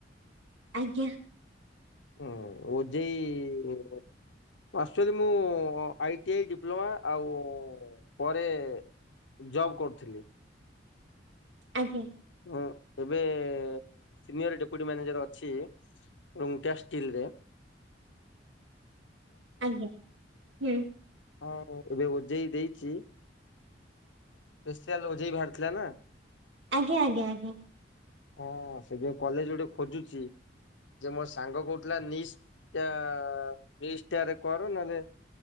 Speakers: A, on the right; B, on the left.
A: ଆଜ୍ଞା।
B: ହୁଁ -ଓଜେଇ ଆକ୍ଚୁଆଲି ମୁଁ ଆଇଟିଆଇ, ଡିପ୍ଲୋମା ଆଉ ପରେ ଜବ୍ କରୁଥିଲି।
A: ଆଜ୍ଞା।
B: ହୁଁ ଏବେ ସିନିୟର ଡେପୁଟି ମ୍ୟାନେଜର ଅଛି। ରୁଙ୍ଗଟା ଷ୍ଟିଲ୍ ରେ।
A: ଆଜ୍ଞା -ହୁଁ।
B: ହଁ ଏବେ ଓଜେଇ ଦେଇଚି। ସେଶ୍ପିଆଲ ଓଜେଇ ବାହାରିଥିଲା ନା।
A: ଆଜ୍ଞା- ଆଜ୍ଞା- ଆଜ୍ଞା।
B: ମୁଁ ସେଥିପାଇଁ କଲେଜ୍ ଗୋଟେ ଖୋଜୁଚି। ଟଟଯେ ମୋ ସାଙ୍ଗ କହୁଥିଲା ନିଷ୍-ଟା- ମିଷ୍ଟାରେ କର ନହେଲେ